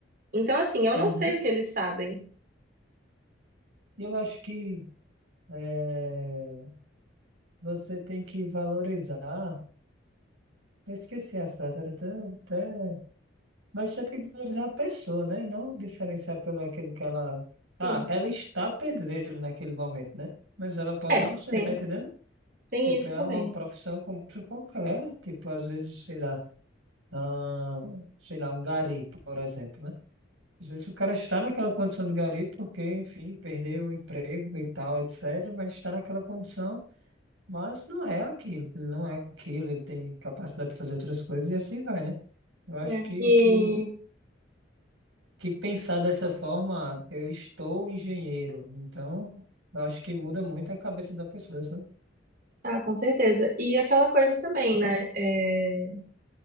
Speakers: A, on the right (about 50°); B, on the right (about 80°).
A: Então, assim, eu
B: uhum.
A: não sei o que eles sabem.
B: E eu acho que é, você tem que valorizar. Eu esqueci a frase, era até, até Mas você tem que valorizar a pessoa, né? E não diferenciar pelo aquilo que ela. Ah,
A: Sim.
B: ela está pedreiro naquele momento, né? Mas ela pode
A: É,
B: não ser,
A: tem,
B: tá entendendo?
A: tem
B: Tipo,
A: isso
B: é
A: também.
B: uma profissão como outra qualquer. Tipo, às vezes, sei lá, ah, sei lá, um gari, por exemplo, né? Às vezes o cara está naquela condição de gari porque, enfim, perdeu o emprego e tal, etc. Mas está naquela condição, mas não é aquilo, ele não é aquilo, ele tem capacidade de fazer outras coisas e assim vai, né? Eu acho
A: né?
B: que,
A: E.
B: que que pensar dessa forma, eu estou engenheiro, então eu acho que muda muito a cabeça da pessoa, sabe?
A: Ah, com certeza. E aquela coisa também, né? É,